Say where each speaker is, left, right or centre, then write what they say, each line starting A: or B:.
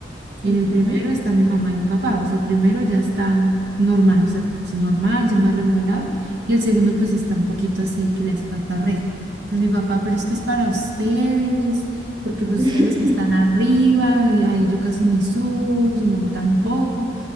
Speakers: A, on the right; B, on the right.
A: En
B: ujú,
A: el primero está
B: sí.
A: mi mamá y mi papá. Pues el primero ya está normal, o sea, es normal, ya más remodelado. Y el segundo, pues sí está un poquito así que le hace falta arreglo. Entonces mi papá, pero es
B: ok.
A: que es para ustedes, porque pues
B: <laughs>
A: ustedes los que están arriba, y ahí yo casi ni subo, su mamá tampoco.